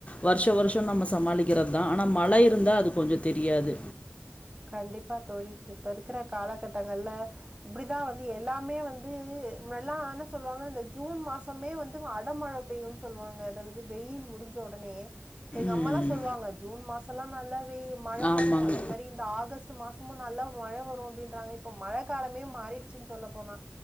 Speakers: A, on the left; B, on the right.
A: வருஷொ வருஷொ நம்ம சமாளிக்கறதுதா ஆனா மழை இருந்தா அது கொஞ்செ தெரியாது
B: கண்டிப்பா தோழி இப்ப இருக்கிற காலகட்டங்கள்ல இப்டிதா வந்து எல்லாமே வந்து முன்னெல்லா என்ன சொல்லுவாங்க இந்த ஜூன் மாசமே வந்து அடமழ பெய்யுன் சொல்வாங்க அதாவது வெயில் முடிஞ்சொடனே எங்க
A: ம்
B: அம்மால்லா சொல்வாங்க ஜூன் மாசல்லா நல்லா வே மழ
A: ஆமாங்க
B: வரு அதே மாரி இ <unintelligible> மாசமு நல்லா மழ வரு அப்படின்றாங்க இப்ப மழ காலமே மாறிருச்சுன்னு சொல்லப்போனா